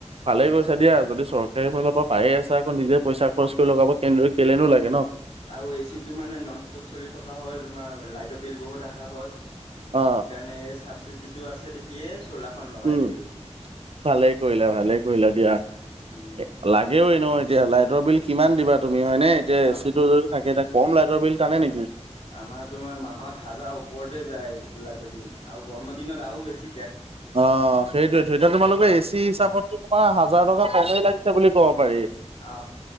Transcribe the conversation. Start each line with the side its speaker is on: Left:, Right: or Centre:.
Right: ভালেই কৈছা দিয়া, যদি চৰকাৰীৰ ফালৰপৰা পায়ে আছা। কৌ নিজে
Left: উম
Right: পইচা খৰচ কৰি লগাব কেনেদৰে কেলেনো
Left: সেইটোৱে।
Right: লাগে ন'।
Left: আৰু এচিটো মানে নন ষ্টপ চলি থকা হ'ল তোমাৰ লাইট টো বিল বহুত অহা হ'ল,
Right: অ
Left: সেইকাৰণে চাবচিডিটো আছে দেখিয়েচ চোলা খন লগাই
Right: উম
Left: দিলো
Right: ভালেই কৰিলা ভালেই কৰিলা দিয়া
Left: উম।
Right: লাগেও এনেও এতিয়া লাইটৰ বিল কিমান দিবা তুমি
Left: সেইটোৱে
Right: হয়নে এতিয়া এ
Left: আও।
Right: চি টো যদি থাকে এতিয়া কম লাইটৰ বিল টানে নেকি।
Left: তোমাৰ তোমাৰ মাহত হাজাৰ ওপৰতে যায় লাইটৰ বিল আৰু গৰমৰ দিনত আৰু বেছি।
Right: অ' সেইটোয়েতো এতিয়া তোমালোকে এচি হিচাপতো তোমাৰ হাজাৰ টকা কমেই লাগিছে বুলি কব পাৰি।
Left: অ